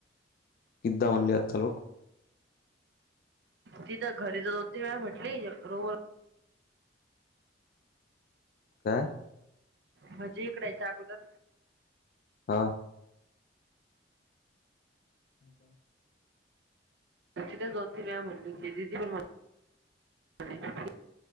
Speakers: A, on the left; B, on the right.
A: किददा म्हणलयाथ लो
B: तिथ घरी तर दोन तीन वेळा म्हटली रोम
A: काय
B: म्हजे इकड याच्या अगोदर
A: हा ह
B: ती तर दो, तीन वेळा म्हणली की हो पण <unintelligible> ह <inaudible>